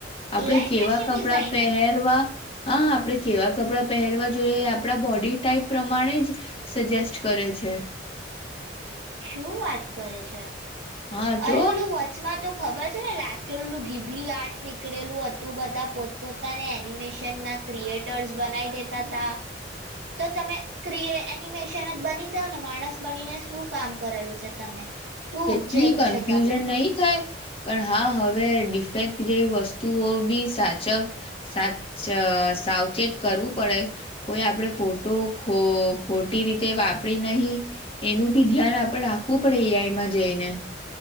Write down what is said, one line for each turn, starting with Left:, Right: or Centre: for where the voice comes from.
Left: આપડે
Right: એઆઈ
Left: કેવા
Right: ફેશન
Left: કપડા
Right: ડિઝાઇનર
Left: પહેરવા હા, આપણે કેવા કપડાં પહેરવા જોઈએ એ આપણા બોડી ટાઈપ પ્રમાણે જ સજેસ્ટ કરે છે.
Right: શું વાત કરે છે.
Left: હા
Right: અરે
Left: તો
Right: ઓલું વચમાં તો ખબર છે ને લાસ્ટ ઇયરનું ગીબલી આર્ટ નીકળેલું હતું બધા પોતપોતાને એનિમેશનના ક્રિએટર્સ બનાવી દેતા હતા. તો તમે ક્રીએ એનિમેશન જ બની જાઓ ને માણસ બનીને શું કામ કરેલું છે તમે શું ઉપજેલું
Left: ટલી કન્ફ્યુઝન
Right: છે તમે
Left: નહી થાય. પણ હા હવે ડિફેક્ટ જેવી વસ્તુઓ બી સાચવ સાચ અહ સાવચેત કરવું પડે કોઈ આપણે ફોટો ખોફખોટી રીતે વાપરી નહી એનું બી ધ્યાન આપણે રાખ ખવું પડે એ આઈ માં જઈ ને.